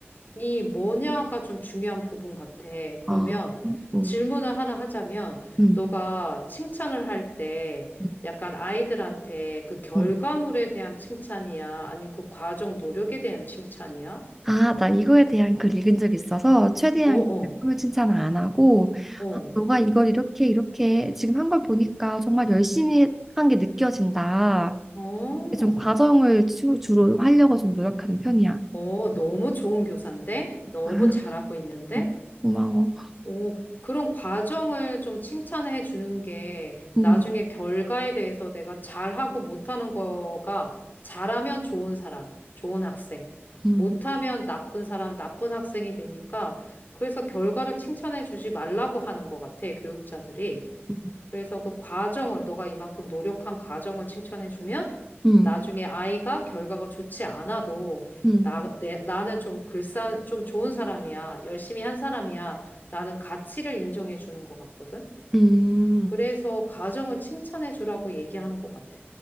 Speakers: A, on the left (about 45°); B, in the centre.
A: 이 뭐냐가 좀 중요한 부분 같아. 그러면
B: 아, 음,
A: 질문을 하나 하자면,
B: 음,
A: 너가 칭찬을 할 때
B: 음,
A: 약간 아이들한테 그 결과물에
B: 음.
A: 대한 칭찬이야? 아니면 그 과정 노력에 대한 칭찬이야?
B: 아, 나 이거에 대한 글 읽은 적 있어서 최대한
A: 어,
B: 내품을
A: 어,
B: 칭찬을 안 하고
A: 어,
B: 아, 너가 이걸 이렇게 이렇게 지금 한 걸 보니까 정말 열심히 한 게 느껴진다.
A: 어,
B: 이게 좀 과정을 주, 주로 하려고 좀 노력하는 편이야.
A: 어, 너무 좋은 교사인데? 너무
B: <laughs>
A: 잘하고 있는데?
B: 어, 고마워.
A: 오, 그런 과정을 좀 칭찬해 주는 게
B: 음,
A: 나중에 결과에 대해서 내가 잘하고 못하는 거가 잘하면 좋은 사람, 좋은 학생,
B: 음,
A: 못하면 나쁜 사람, 나쁜 학생이 되니까 그래서 결과를 칭찬해 주지 말라고 하는 것 같아, 교육자들이.
B: 음,
A: 그래서 그 과정을, 너가 이만큼 노력한 과정을 칭찬해주면
B: 음,
A: 나중에 아이가 결과가 좋지 않아도
B: 음.
A: 나, 내, 나는 좀 글싼, 좀 좋은 사람이야. 열심히 한 사람이야. 라는 가치를 인정해 주는 것 같거든.
B: 음.
A: 그래서 과정을 칭찬해 주라고 얘기하는 것 같아.